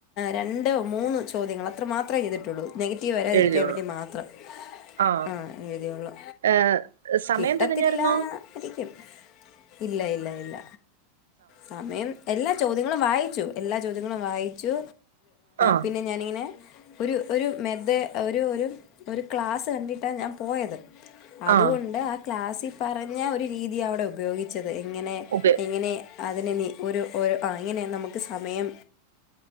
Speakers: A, on the left; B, on the right.
A: രണ്ട് മൂന്ന് ചോദ്യങ്ങൾ അത്ര മാത്രമേ ചെയ്തിട്ടുള്ളൂ നെഗറ്റീവ് വരാതിരിക്കാൻ
B: എഴുതിയോളൂ
A: വേണ്ടി മാത്രം
B: ആ
A: ആഹ് എഴുതിയുള്ളൂ
B: ഏ സമയം
A: കിട്ടത്തില്ല
B: തികഞ്ഞായിരുന്നോ
A: ആരിക്കും ഇല്ല ഇല്ല ഇല്ല സമയം എല്ലാ ചോദ്യങ്ങളും വായിച്ചു എല്ലാ ചോദ്യങ്ങളും വായിച്ചു
B: ആ
A: പിന്നെ ഞാനിങ്ങനെ ഒരു ഒരു മെദേ ഒരു ഒരു ഒരു ക്ലാസ്സ് കണ്ടിട്ടാ ഞാൻ പോയത് അതുകൊണ്ട്
B: ആ
A: ആ ക്ലാസ്സിൽ പറഞ്ഞ ഒരു രീതിയാ അവിടെ ഉപയോഗിച്ചത് എങ്ങനെ
B: ഉപ
A: ഇങ്ങനെ അതിനിനി ഒരു ഒര് ആഹ് ഇങ്ങിനെ നമ്മക്ക് സമയം